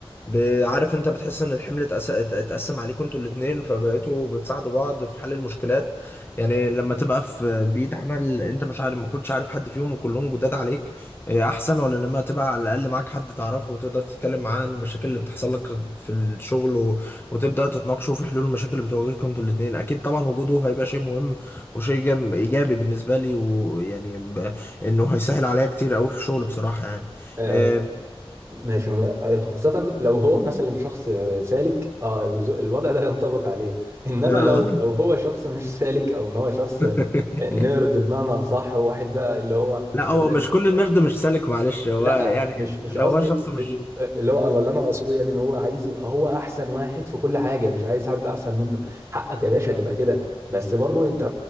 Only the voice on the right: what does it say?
آه،
ماشي خاصة لو هو مثلا شخص سالك اه الز- الوضع ده ينطبق عليه انما
لو لو هو شخص مش سالك او ان هو شخص
نيرد بمعنى اصح وواحد بقى اللي هو
انا
لا
لا،
مش مش
قصدي
م- اللي هو اللي انا اقصده يعني ان هو عايز يبقى هو احسن واحد في كل حاجة مش عايز حد احسن منه حقك يا باشا تبقى
كده بس برضو انت